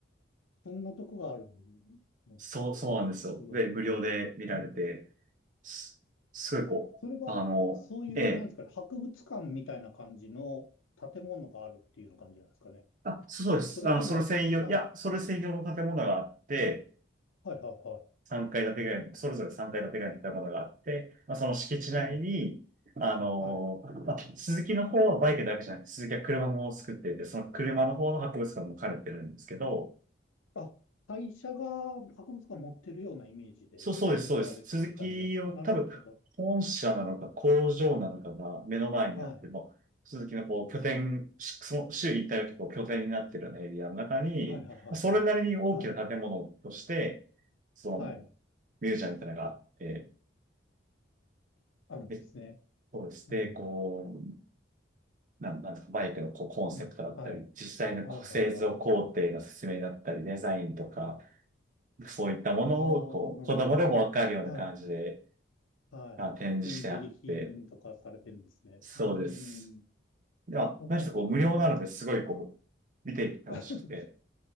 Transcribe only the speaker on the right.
そう、
そうなんですよ。
で、無料で見られて、
す、すごいこう、
あの、
ええ、
あ、そうそうです。
あの、それ専用、
いや、それ専用の建物があって、
3階建てぐらいの、それぞれ3階建てぐらいの建物があって、まあ、その敷地内に、
あのーまあ、
鈴木の方はバイクだけじゃなくて、鈴木は車も作っていて、その車の方の博物館も兼ねてるんですけど、
そう、そうです、そうです。鈴木を多分、
本社なのか工場なのかが目の前にあって、
もう鈴木のこう拠点、しその週一回のこう拠点になってるようなエリアの中に、
それなりに大きな建物として、
その
ミュージアムみたいなのがあって、
めっそうして、
こう、なん、なんですか、バイクのこうコンセプトだったり、
実際のこう製造工程の説明だったり、
デザインとか、そういったものを、
こう、
子供でもわかるような感じで、
あ、展示してあって、
そうです。
では、
何しろこう、
無料なので、
すごいこう、見ていて楽しくて。